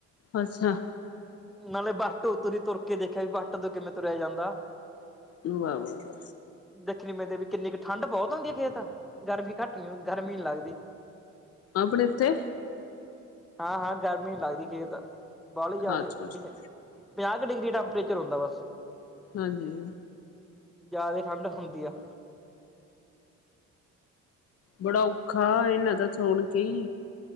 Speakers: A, on the left; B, in the centre.
A: ਅੱਛਾ।
B: ਨਾਲੇ ਬੱਸ ਤੋ ਉਤਰੀ ਤੁਰ ਕੇ ਦੇਖਿਆ ਵੀ ਵਟ ਤੇ ਕਿਵੇਂ ਤੁਰੇਆ ਜਾਂਦਾ।
A: ਵਾ ਵਾ ਵਾ।
B: ਦੇਖਣੀ ਮੈਂਦੇ ਵੀ ਕਿੰਨੀ ਕ ਠੰਢ ਬੋਤ ਹੁੰਦੀ, ਖੇਤ ਗਰਮੀ ਘੱਟ ਗਰਮੀ ਨੀ, ਲੱਗਦੀ।
A: ਅਪਣੇ ਏਥੇ
B: ਹਾਂ ਹਾਂ ਗਰਮੀ ਨੀ ਲੱਗਦੀ ਖੇਤ। ਬਾਹਲੇ ਜਾਦੇ
A: ਅੱਛਾ ਅੱਛਾ
B: ਪੰਜਾਹ ਕੁ ਡਿਗਰੀ ਟੈਂਪਰੇਚਰ ਹੁੰਦਾ ਬਸ।
A: ਹਾਂਜੀ।
B: ਜ਼ਿਆਦੇ ਠੰਡ ਹੁੰਦੀ ਆ।
A: ਬੜਾ ਔਖਾ, ਏਨਾਂ ਦਾ ਸੁਣ ਕੇ ਈ।